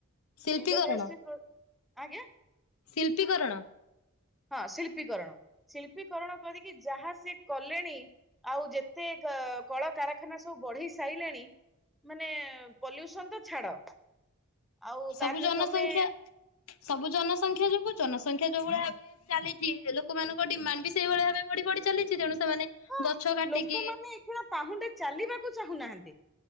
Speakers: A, on the left (about 70°); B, in the centre.
A: ଶିଳ୍ପୀକରଣ
B: ଇଣ୍ଡଲିଆଷ୍ଟି ପ୍ରୋ ଆଜ୍ଞା।
A: ଶିଳ୍ପୀକରଣ
B: ହଁ ଶିଳ୍ପୀକରଣ ଶିଳ୍ପୀକରଣ କରିକି ଯାହା ସେ କଲେଣି। ଆଉ ଯେତେ କଳକାରଖାନା ସବୁ ବଢେଇ ସାରିଲେଣି ମାନେ ପଲ୍ୟୁସନ ତ ଛାଡ ଆଉ
A: ସବୁ
B: ତା ଦେହରେ
A: ଜନସଂଖ୍ୟା
B: ତମେ
A: ସବୁ ଜନସଂଖ୍ୟା ଯୋଗୁ ଜନସଂଖ୍ୟା ଯୋଉ ଭଳିଆ ଚାଲିଛି ଲୋକମାନଙ୍କ ଡିମାଣ୍ଡ ବି ସେଇଭଳି ଭାବେ ବଢି ବଢି ଚାଲିଛି ତେଣୁ ସେମାନେ
B: ହଁ
A: ଗଛ କାଟିକି
B: ଲୋକମାନେ ଏକୁଣା ପାହୁଣ୍ଡେ ଚାଲିବାକୁ ଚାହୁଁନାହାନ୍ତି।